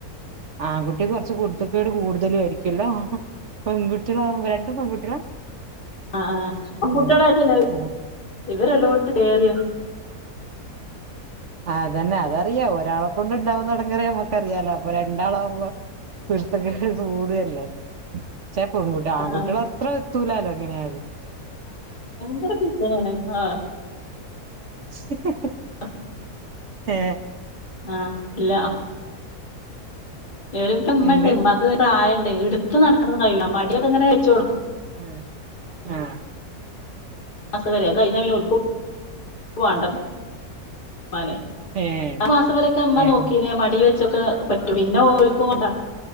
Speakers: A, on the right; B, on the left.
A: ആൺകുട്ടി കൊറച്ച് കുരുത്തകേട് കൂടുതലും ആയിരിക്കുല്ലോ പെൺകുട്ടികളാവു രണ്ടും പെൺകുട്ടികളാ
B: ആഹ് ആഹ് പെൺ കുട്ടികളായിട്ട
A: ഉം
B: ന്നേ
A: ഉം
B: ഇവരെല്ലോത്ത് കേറിയാ
A: ആ അതന്നെ അതറിയാ ഒരാളെ കൊണ്ട് ഇണ്ടാവുന്നടങ്ങേറ് ഞമ്മക്കറിയാലോ അപ്പൊ രണ്ടാളാവുമ്പോ കുരുത്തകേട് കൂടുവല്ലേ ചേ പെൺകുട്ടി ആൺകുട്ടിളടെ
B: ആ
A: അത്ര എത്തൂലാലോ എങ്ങനെയാലും
B: ങ്കര പിത്തനാണ് ആഹ്
A: <inaudible>
B: ആഹ്
A: ഏ
B: ആ ഇല്ല ഇവിടെ പ്പ ഉമ്മ
A: എന്ത്
B: ഇണ്ട് ഉമ്മാക്ക് വേറെ ആയണ്ട് ഇടുത്ത് നടക്കണംന്ന് കഴിയൂല മടിയൊക്കെങ്ങനെ വെച്ച് കൊടുക്കും
A: ഉം ആ
B: മാസവരെ അത്കഴിഞ്ഞ പിന്നെ എവടെക്ക <unintelligible> വാണ്ട മ്മാനെ
A: ഏഹ്
B: ആ മാസം വരൊക്കെ ഉമ്മ
A: ഏഹ്
B: നോക്കീനേ മടി വെ ച്ചൊക്കെ പറ്റും പിന്നെ ഓല്ക്കുംണ്ടാ